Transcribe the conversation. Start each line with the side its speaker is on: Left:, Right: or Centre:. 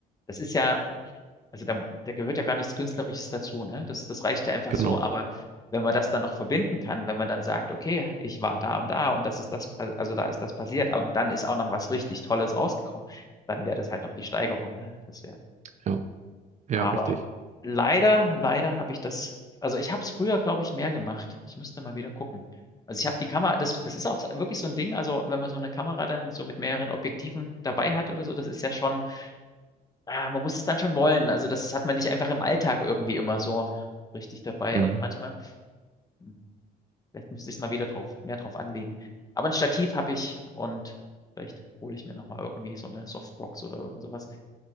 Left: das ist ja, also da, da gehört ja gar nichts Künstlerisches dazu, ne? Das, das reicht ja einfach
Right: Genau,
Left: so, aber wenn man das dann noch verbinden kann, wenn man dann sagt, okay, ich war da und da und das ist das, pa- also da ist das passiert und dann ist auch noch was richtig Tolles rausgekommen, dann wäre das halt noch die Steigerung, ne? Das wäre
Right: ja, ja,
Left: aber
Right: richtig.
Left: leider, leider habe ich das, also ich habe es früher, glaube ich, mehr gemacht. Ich müsste mal wieder gucken. Also ich habe die Kamera, das, das ist auch so, wirklich so ein Ding. Also wenn man so eine Kamera dann so mit mehreren Objektiven dabei hat oder so, das ist ja schon, ah, man muss es dann schon wollen. Also das hat man nicht einfach im Alltag irgendwie immer so richtig dabei.
Right: Mhm.
Left: Und manchmal, hm, vielleicht müsste ich es mal wieder drauf, mehr drauf anlegen. Aber ein Stativ habe ich und vielleicht hole ich mir nochmal irgendwie so eine Softbox oder irgend sowas,